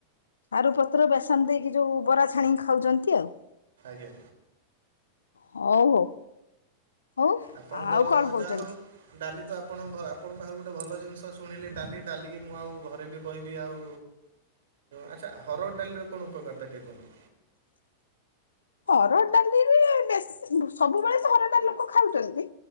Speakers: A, on the left; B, on the right.
A: ସାରୁ ପତ୍ର ବେସନ ଦେଇକି ଯୋଉ ବରା ଛାଣିକି ଖାଉଚନ୍ତି ଆଉ।
B: ଆଜ୍ଞା।
A: ହଉ, ହଉ। ହଉ,
B: ଆପଣଙ୍କର
A: ଆଉ କଣ କହୁଚନ୍ତି?
B: ଯାହା ହଉ ଡାଲି ତ ଆପଣ, ଆପଣଙ୍କ ପାଖରୁ ଗୋଟେ ଭଲ ଜିନିଷ ଶୁଣିଲି। ଡାଲି, ଡାଲିକି ମୁଁ ଆଉ ଘରେ ବି କହିବି ଆଉ ଆଚ୍ଛା। ହରଡ଼ ଡାଲିର କଣ ଉପକାରିତା ଟିକେ କୁହନ୍ତୁ।
A: ହରଡ ଡାଲିରେ ବେଶୀ ସବୁବେଳେ ତ ହରଡାଲି ଲୋକ ଖାଉଚନ୍ତି।